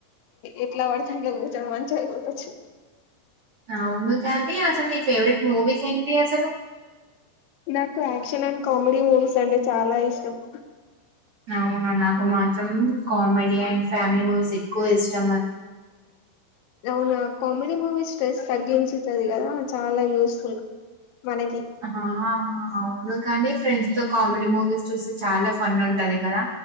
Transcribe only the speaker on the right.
అవును కానీ అసలు నీ ఫేవరెట్ మూవీస్ ఏంటి అసలు <inaudible>
అవునా నాకు మాత్రం కామెడీ అండ్ ఫ్యామిలీ మూవీస్ ఎక్కువ ఇష్టం
ఆ అవును కానీ ఫ్రెండ్స్ తో కామెడి మూవీస్ చూసి చాలా ఫన్ ఉంటది కదా